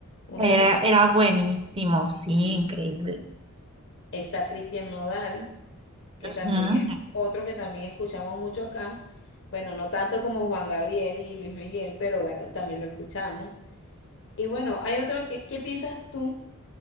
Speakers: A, on the left; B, on the right.
A: una
B: Era,
A: de sus...
B: era buenísimo,
A: Sí.
B: sí, increíble.
A: Está Cristian Nodal. que
B: Ujú.
A: también es otro que también escuchamos mucho acá. Bueno, no tanto como Juan Gabriel y Luis Miguel, pero bueno, también lo escuchamos. Y bueno, hay otro que, ¿qué piensas tú